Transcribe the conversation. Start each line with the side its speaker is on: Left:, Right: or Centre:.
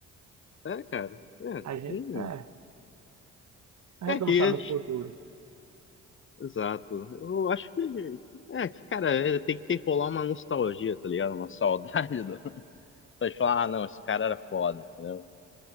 Left: é, cara. É,
Right: A gente,
Left: tem-
Right: é, a
Left: é
Right: gente
Left: que,
Right: não sabe o futuro.
Left: exato. Eu acho que, é que, cara, é, tem que ter rolar uma nostalgia, tá ligado? Uma saudade Então, falar ah, não, esse cara era foda, entendeu?